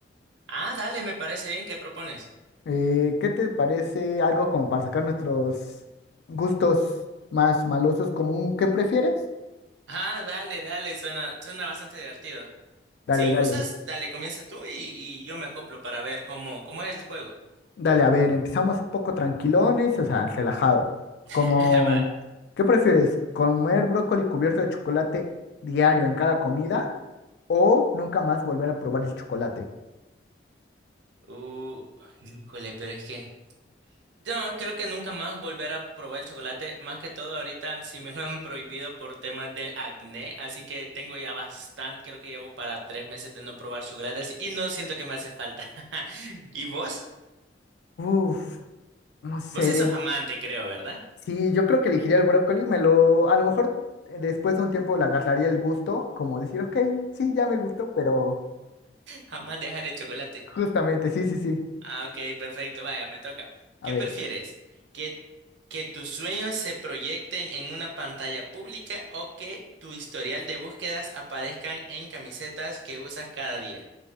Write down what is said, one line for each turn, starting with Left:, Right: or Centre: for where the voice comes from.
Right: Ah, dale, me parece bien. ¿Qué propones?
Left: Eh, ¿qué te parece algo como para sacar nuestros gustos más malosos como un qué prefieres?
Right: Ah, dale, dale. Suena, suena bastante divertido.
Left: Dale,
Right: Si
Left: dale.
Right: gustas, dale, comienza tú y, y yo me acoplo para ver cómo, cómo es el juego.
Left: Dale, a ver, empezamos un poco tranquilones, o sea, relajado.
Right: <laughs>
Left: Como,
Right: Va.
Left: ¿qué prefieres? ¿Comer brócoli cubierto de chocolate diario en cada comida? ¿O nunca más volver a probar el chocolate?
Right: Uh, híjole, pero es que... No, creo que nunca más volver a probar el chocolate. Más que todo, ahorita sí me lo han prohibido por temas de acné, así que tengo ya bastante, creo que llevo para tres meses de no probar chocolates y no siento que me hace falta. <laughs> ¿Y vos?
Left: Uf, no sé.
Right: Vos sí sos amante, creo, ¿verdad?
Left: Sí, yo creo que elegiría el brócoli, me lo, a lo mejor eh, después de un tiempo le agarraría el gusto, como decir, ok, sí, ya me gustó, pero
Right: Jamás dejar el chocolate.
Left: justamente, sí, sí, sí,
Right: Ah, ok, perfecto, vaya, me toca.
Left: a
Right: ¿Qué
Left: ver.
Right: prefieres? ¿Que, que tus sueños se proyecten en una pantalla pública o que tu historial de búsquedas aparezcan en camisetas que usas cada día?